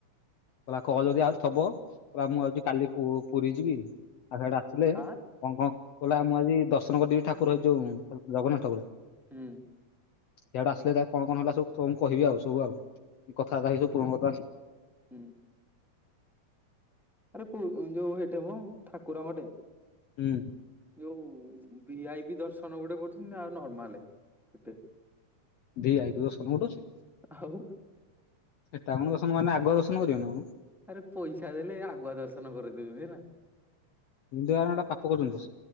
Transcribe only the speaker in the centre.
ଆଁ
ହୁଁ
ହୁଁ।
ହୁଁ। ଆରେ ତୁ ଯୋଉ ଏଇଟେ ହମ ଠାକୁରଙ୍କଟେ।
ଯୋଉ ଭି ଆଇ ବି ଦର୍ଶନ ଗୁଡେ କରୁଛନ୍ତି। ଆଉ ନର୍ମାଲ ଗୋଟେ।
ଆଉ
ଆରେ ପଇସା ଦେଲେ ଆଗୁଆ ଦର୍ଶନ କରେଇଦେଵେ ହେଲା।